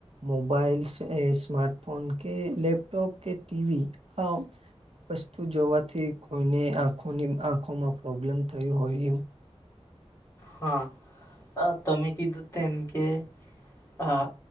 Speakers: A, on the right; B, on the left.
A: મોબાઈલસ સ્માાર્ટફોન કે લેપટોપ કે ટીવી હ વસ્તુ જોવાથી કોઈને આંખોની આંખોમાં પ્રોબ્લેમ થયું હોય એવું.
B: હા આ તમે કીધું તેમ કે આ